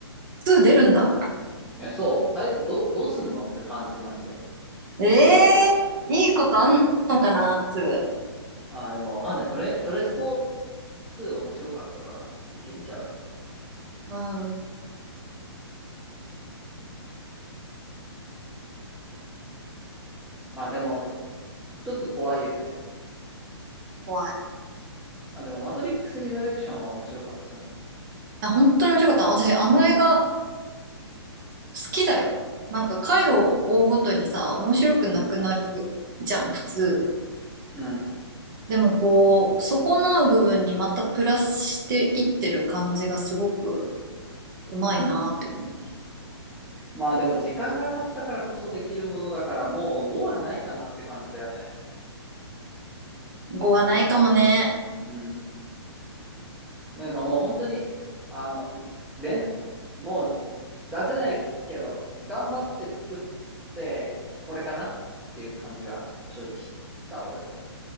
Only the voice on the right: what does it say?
2出るんだ。
ええー、いいことあんのかな、2。
うん、
怖い。
あ、本当に面白かった。私、あの映画好きだよ。なんか回を追うごとにさ、面白くなくなる
じゃん、普通。
でもこう、損なう部分にまたプラスしていってる感じがすごくうまいなって思うね。
語はないかもね。